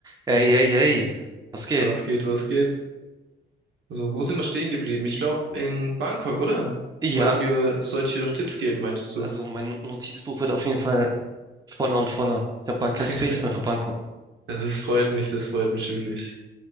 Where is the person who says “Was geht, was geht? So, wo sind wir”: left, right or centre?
Right